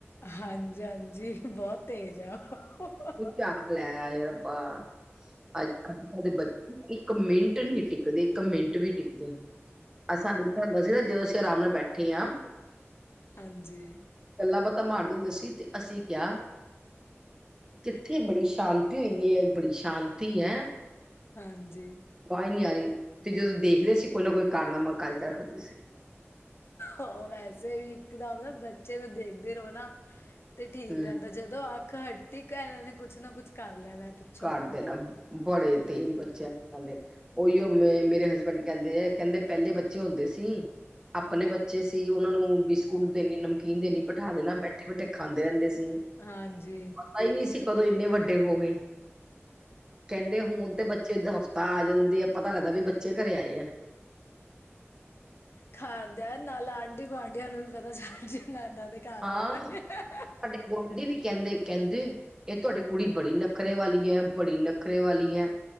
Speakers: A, on the left (about 60°); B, on the right (about 15°).
A: ਹਾਂਜੀ ਹਾਂਜੀ ਬਹੁਤ ਤੇਜ ਆ ਉਹ।
B: ਚੱਕ ਲੈ ਆਹੇ ਰੱਬਾ ਅੱਜ ਕੱਲ੍ਹ ਦੇ ਬੱਚੇ ਇੱਕ ਮਿੰਟ ਨਹੀਂ ਟਿਕਦੇ ਇੱਕ ਮਿੰਟ ਵੀ ਟਿਕ ਜਾਣ। ਆ ਸਾਨੂੰ ਬਸ ਸੀ ਨਾ ਜਦੋਂ ਅਸੀਂ ਆਰਾਮ ਨਾਲ ਬੈਠੇ ਆ।
A: ਹਾਂਜੀ।
B: ਗੱਲਾਂ ਬਾਤਾਂ ਮਾਰਦੇ ਹੁੰਦੇ ਸੀ, ਤੇ ਅਸੀਂ ਕਿਹਾ ਕਿੱਥੇ ਬੜੀ ਸ਼ਾਂਤੀ ਹੋ ਐ, ਬੜੀ ਸ਼ਾਂਤੀ ਹੈ।
A: ਹਾਂਜੀ।
B: ਵਾਜ ਨੀ ਆ ਰਹੀ ਤੇ ਜਦੋਂ ਦੇਖਦੇ ਸੀ ਕੋਈ ਨਾ ਕੋਈ ਕਾਰਨਾਮਾ ਕਰਕੇ ਰੱਖਦੀ ਸੀ।
A: ਉਹ ਵੈਸੇ ਵੀ ਇੱਕਦਮ ਨਾ ਬੱਚੇ ਨੂੰ ਦੇਖਦੇ ਰਹੋ ਨਾ ਤੇ ਠੀਕ
B: ਹਮ
A: ਰਹਿੰਦਾ, ਜਦੋਂ ਅੱਖ ਹੱਟੀ ਕੇ ਇਹਨਾਂ ਨੇ ਕੁਛ ਨਾ ਕੁੱਛ ਕਰ ਲੈਣਾ। ਪਿੱਛੋਂ।
B: ਕਰ ਦੇ ਨਾ, ਬੜੇ ਤੇਜ਼ ਬੱਚੇ ਅੱਜ ਕੱਲ ਦੇ। ਉਹੀਓ ਆ ਮੇਰੇ ਹਸਬੈਂਡ ਕਹਿੰਦੇ ਆ, ਕਹਿੰਦੇ ਪਹਿਲੇ ਬੱਚੇ ਹੁੰਦੇ ਸੀ। ਆਪਣੇ ਬੱਚੇ ਸੀ, ਉਹਨਾਂ ਨੂੰ ਬਿਸਕੁਟ ਦੇਣੀ ਨਮਕੀਨ ਦੇਣੀ ਬਿਠਾ ਦੇਣਾ, ਬੈਠੇ ਬੈਠੇ ਖਾਂਦੇ ਰਹਿੰਦੇ ਸੀ।
A: ਹਾਂਜੀ।
B: ਪਤਾ ਹੀ ਨਹੀਂ ਸੀ, ਕਦੋਂ ਇੰਨੇ ਵੱਡੇ ਹੋ ਗਏ। ਕਹਿੰਦੇ ਹੁਣ ਤੇ ਬੱਚੇ ਦਾ ਹਫ਼ਤਾ ਆ ਜਾਂਦੇ ਆ, ਪਤਾ ਲੱਗਦਾ ਵੀ ਬੱਚੇ ਘਰੇ ਆਏ ਆ।
A: ਘਰਦਿਆਂ ਨਾਲ ਆਂਢੀ ਗੁਆਂਢੀਆਂ ਨੂੰ ਵੀ ਪਤਾ ਚੱਲ ਜੇ ਦਾਦਾ ਦੇ ਘਰ
B: ਹਾਂ
A: ਆਏ ਹੋਏ ਆ।
B: ਸਾਡੇ ਗੁਆਂਢੀ ਵੀ ਕਹਿੰਦੇ, ਕਹਿੰਦੇ ਇਹ ਤੁਹਾਡੀ ਕੁੜੀ ਬੜੀ ਨਖ਼ਰੇ ਵਾਲੀ ਹੈ ਬੜੀ ਨਖਰੇ ਵਾਲੀ ਹੈ